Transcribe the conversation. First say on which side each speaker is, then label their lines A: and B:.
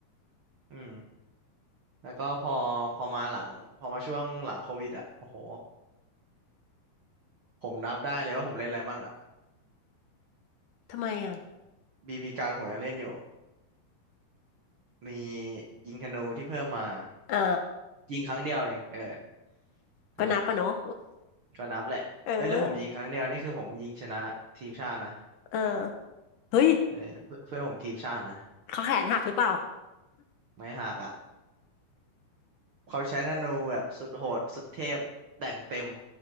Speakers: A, on the right; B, on the left.
A: อืมแล้วก็พอพอมาหลังพอมาช่วงหลังโควิดอ่ะโอ้โหผมนับได้เลยว่าผมเล่นอะไรมั่งอ่ะ
B: ทำไมอ่ะ
A: บีบีการผมยังเล่นอยู่ มียิงธนูที่เพิ่มมา
B: เออ
A: ยิงครั้งเดียวเองเออนั่นแหละ
B: ก็นับปะเนาะ
A: ก็นับแหละเอ้ยแล้วผมยิงครั้งเดียวนี่คือผมยิงชนะทีมชาตินะ
B: <laughs> เออเออเฮ้ย
A: เออเพื่อนเพื่อนผมทีมชาตินะ
B: เขาแขนหักหรือเปล่า
A: ไม่หักอ่ะเขาใช้ธนูแบบสุดโหดสุดเทพแต่งเต็ม